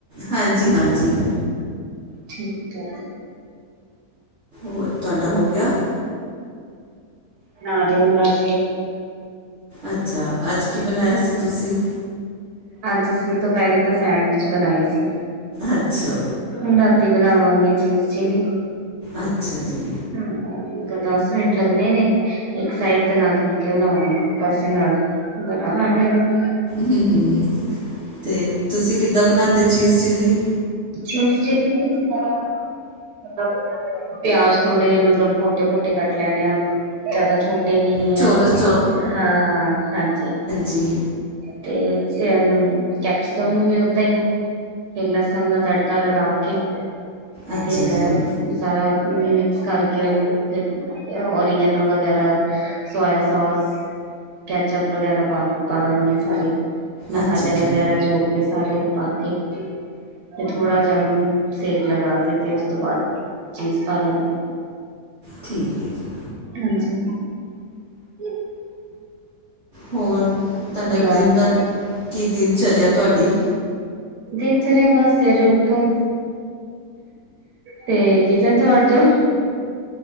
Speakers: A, on the right; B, on the right.
A: ਹਾਂਜੀ-ਹਾਂਜੀ।
B: ਠੀਕ ਏ।
A: ਹੋਰ, ਤੁਹਾਡਾ ਹੋ ਗਿਆ?
B: ਬਣਾ ਰਹੇ ਬਸ ਜੀ।
A: ਅੱਛਾ, ਅੱਜ ਕੀ ਬਣਾਇਆ ਸੀ ਤੁਸੀਂ?
B: ਅੱਜ ਅਸੀਂ ਦੁਪਹਿਰੀ ਤਾ ਸੈਂਡਵਿਚ ਬਨਾਏ ਸੀ।
A: ਅੱਛਾ
B: ਹੁਣ ਰਾਤੀ ਬਣਾਵਾਂਗੇ ਚੀਜ਼ਚਿਲੀ
A: ਅੱਛਾ ਜੀ
B: ਹੂੰ ਦਸ ਮਿੰਟ ਲੱਗਣੇ ਨੇ ਇੱਕ ਸਾਈਡ ਤੇ ਨਾਲ ਫੁਲਕੇ ਬਣਾਵਾਂਗੇ, ਇੱਕ ਪਾਸੇ ਨਾਲ ਬਣਾ ਲਾਂਗੇ ਉਨੂੰ।
A: ਹੂੰ-ਹੂੰ, ਤੇ ਤੁਸੀਂ ਕਿੱਦਾਂ ਬਣਾਂਦੇ ਚੀਜ਼ ਚਿੱਲੀ
B: ਚੀਜਚਿਲੀ ਦੀ ਜਿਦਾ- ਮਤਲਬ ਪਿਆਜ ਥੋੜੇ ਮਤਲਬ ਮੋਟੇ-ਮੋਟੇ ਕੱਟ ਲੈਨੇ ਆ। ਜਾਦਾ ਛੋਟੇ ਵੀ ਨੀ
A: ਚੌਰਸ
B: ਐ। ਹਾਂ ਹਾਂਜੀ।
A: ਜੀ।
B: ਤੇ ਚ ਐਨੂੰ ਕੈਪਸੀਕਮ ਨੂੰ ਵੀ ਓਦਾਂ ਈ ਫੇਰ ਲਸਨ ਦਾ ਤੜਕਾ ਲਗਾ ਕੇ
A: ਅੱਛਾ
B: ਫੇਰ
A: ਜੀ
B: ਸਾਰਾ ਮਿ ਮਿਕਸ ਕਰਕੇ ਓਨੂੰ ਫੇਰ ਓਰੀਗੈਨੋ ਵਗੈਰਾ ਸੋਏਆ ਸੋਸ ਕੈਚਪ ਵਗੈਰਾ ਪਾ ਪਾ ਦੇਨੀ ਆਂ ਸਾਰੇ। ਮਸਾਲੇ
A: ਅੱਛਾ ਜੀ
B: ਵਗੈਰਾ ਜੋ ਵੀ ਆ ਸਾਰੇ ਪਾ ਕੇ। ਫੇਰ ਥੋੜਾ ਜਾ ਓਨੂੰ ਸੇਕ ਲਗਾ ਕੇ ਤੇ ਉਸ ਤੋਂ ਬਾਦ ਚੀਜ਼ ਪਾ ਦੇਨਾ।
A: ਠੀਕ ਏ ਜੀ।
B: ਹਾਂਜੀ। <unintelligible>
A: ਹੋਰ, ਤਾਡਾ
B: ਬਸ
A: ਦਿਨ ਦਾ, ਕੀ ਦਿਨਚਰੇਆ ਤਾਡੀ।
B: ਦਿਨਚਰੇਆ ਬੱਸ ਸਵੇਰੇ ਉਠੋ ਤੇ ਕਿਚਨ ਚ ਵੜਜੋ